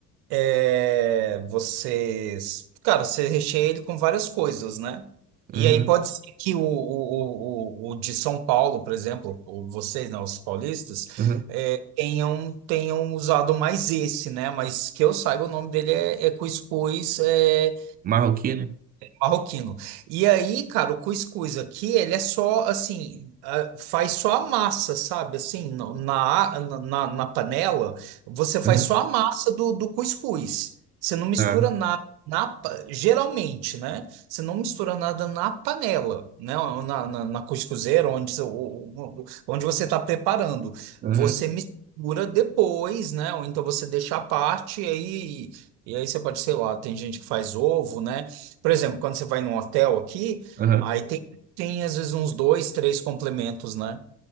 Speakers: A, on the right; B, on the right.
A: É, você, cara, você recheia ele com várias coisas, né? E
B: Aham,
A: aí pode ser que o, o, o, o de São Paulo, por exemplo, ou vocês, né, os paulistas,
B: aham.
A: é, tenham, tenham usado mais esse, né? Mas que eu saiba, o nome dele é, é cuscuz é,
B: Marroquino?
A: marroquino. E aí, cara, o cuscuz aqui, ele é só assim, ah, faz só a massa, sabe? Assim, no- na, na, na na panela, você faz
B: Aham,
A: só a massa do, do cuscuz. Você não mistura
B: tá.
A: nada. Na, pa- geralmente, né? Você não mistura nada na panela, né? ou Na, na, na cuscuzeira, onde, você- o- o- onde você está preparando.
B: Aham,
A: Você mistura depois, né? Ou então você deixa à parte e aí. E aí você pode, sei lá, tem gente que faz ovo, né? Por exemplo, quando você vai num hotel aqui,
B: aham.
A: aí tem, tem às vezes uns dois, três complementos, né?